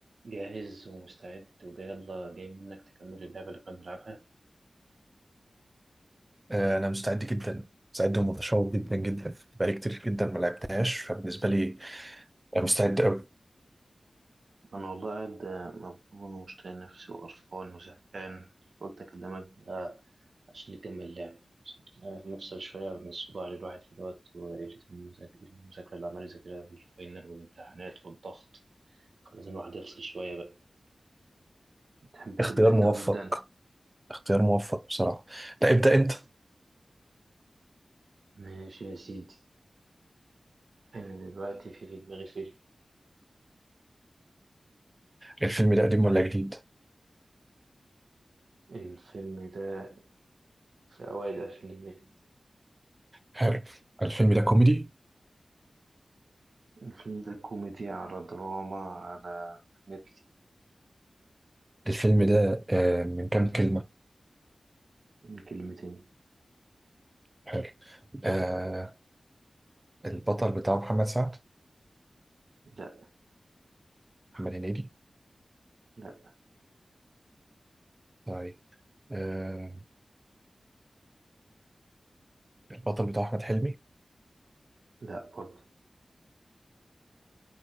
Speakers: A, on the right; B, on the right.
A: جاهز ومستعد وجاي يلا جاي منك تكمل اللعبة اللي كنا بنلعبها
B: آه، انا مستعد جدا مستعد ومتشوق جدا جدا بقالي كتير جدا ما لعبتهاش فبالنسبه لي أنا مستعد قوي
A: انا والله قاعد مبطون ومشتاق نفسي وقرفان وزهقان قلت اكلمك آه عشان نكمل اللعب آه نفصل شوية من الصداع اللي الواحد فيه دوت وقلة المذاك- المذاكرة اللي عمال يذاكرها والفاينل والامتحانات والضغط كان لازم الواحد يفصل شوية بقى تحب
B: اختيار
A: تبدا انت
B: موفق
A: ولا ابدا انا
B: اختيار موفق بصراحه لا ابدا انت
A: ماشي يا سيدي أنا دلوقتي في في دماغي فيلم
B: الفيلم ده قديم ولا جديد
A: الفيلم ده في أوائل الألفينيات
B: حلو الفيلم ده كوميدي
A: الفيلم ده كوميديا على دراما على حاجات كتير
B: الفيلم ده آه، من كام كلمه
A: من كلمتين
B: حلو آه، البطل بتاعه محمد سعد
A: لا
B: محمد هنيدي
A: لا
B: طيب آه، البطل بتاعه احمد حلمي
A: لا برضه